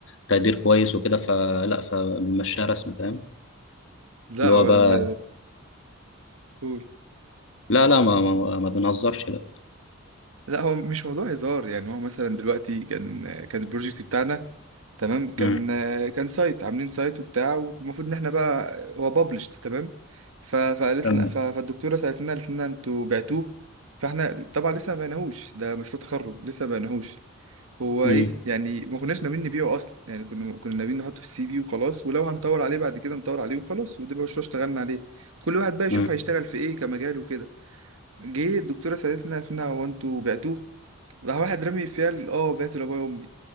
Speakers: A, on the left; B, on the right.
A: تقدير كويس وكده فلا فبنمشيها رسم فاهم
B: لا
A: اللي
B: هو
A: هو بقى
B: ال- قول
A: لا لا ما ما, ما بنهزرش لا
B: لا هو مش موضوع هزار يعني هو مثلا دلوقتي كان كان البروجكت بتاعنا تمام كان
A: مم.
B: كان سايت عاملين سايت وبتاع والمفروض ان احنا بقى هو بابلشت تمام ف- فقالت
A: تمام
B: لنا ف- فالدكتوره سالتنا قالت لنا انتوا بعتوه فاحنا طبعا لسه ما بعناهوش ده مشروع تخرج لسه ما بعناهوش هو
A: مم.
B: ايه يعني ما كناش ناويين نبيعه اصلا يعني كنا كنا ناويين نحطه في السي في وخلاص ولو هنطور عليه بعد كده نطور عليه وخلاص وده بقى مشروع اشتغلنا عليه كل واحد بقى يشوف
A: مم.
B: هيشتغل في ايه كمجال وكده جه الدكتورة سألتنا قالت لنا هو انتوا بعتوه؟ راح واحد رامي فيها ال- اه بعته لابويا وامي